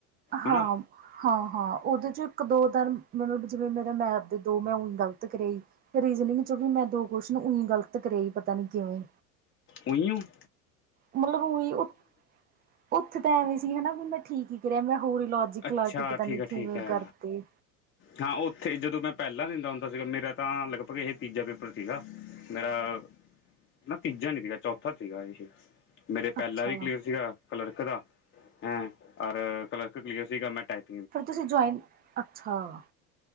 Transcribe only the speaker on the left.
ਹਨਾ
ਉੂੰ <unintelligible>
ਅੱਛਾ
ਠੀਕ
ਆ ਠੀਕ
ਹੈ
ਹਾਂ ਉੱਥੇ, ਜਦੋਂ ਮੈਂ ਪਹਿਲਾਂ ਦਿੰਦਾ ਹੁੰਦਾ ਸੀਗਾ ਮੇਰਾ ਤਾਂ ਲਗਭਗ ਇਹ ਤੀਜਾ ਪੇਪਰ ਸੀਗਾ। ਮੇਰਾ- ਨਾ ਤੀਜਾ ਨੀ ਸੀਗਾ ਚੌਥਾ ਸੀਗਾ ਸੀ ਮੇਰੇ
ਪਹਿਲਾ ਵੀ ਕਲੀਅਰ ਸੀਗਾ ਕਲਰਕ ਦਾ, ਹੈਂ ਔਰ ਕਲਰਕ ਕਲੀਅਰ ਸੀਗਾ ਮੈਂ ਟਾਈਪ